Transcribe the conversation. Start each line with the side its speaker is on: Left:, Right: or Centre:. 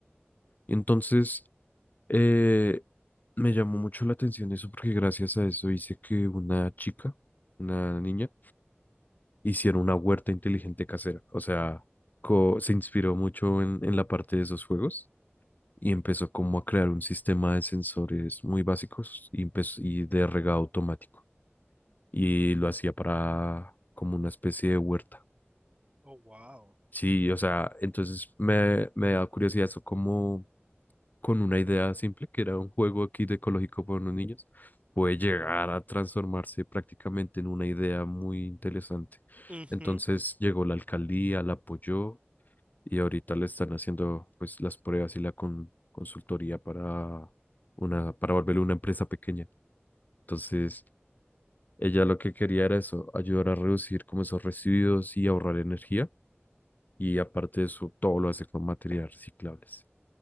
Left: Entonces, eh, me llamó mucho la atención eso porque gracias a eso hice que una chica, una niña, hiciera una huerta inteligente casera. O sea, co- se inspiró mucho en, en la parte de esos juegos y empezó como a crear un sistema de sensores muy básicos y, empezó- y de regado automático. y lo hacía para como una especie de huerta.
Right: Oh, wow.
Left: Sí, o sea, entonces me, me da curiosidad eso como con una idea simple, que era un juego aquí de ecológico para unos niños, puede llegar a transformarse prácticamente en una idea muy interesante.
Right: Ujú,
Left: Entonces llegó la alcaldía, la apoyó y ahorita le están haciendo pues las pruebas y la con- consultoría para una, para volverlo una empresa pequeña. Entonces... Ella lo que quería era eso, ayudar a reducir como esos residuos y ahorrar energía. Y aparte de eso, todo lo hace con materiales reciclables.